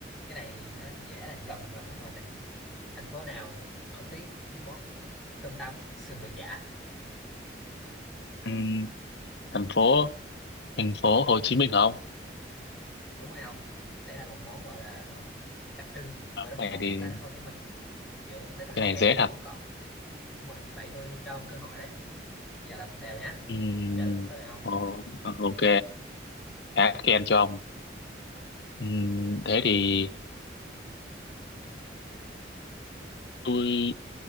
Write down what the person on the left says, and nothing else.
Ừ. Thành phố thành phố Hồ Chí Minh hả ông?
Cái
này
thì
cái
này
dễ
thật.
Ừ.
Ồ, ok, khá khen cho ông. Ừ. Thế thì tôi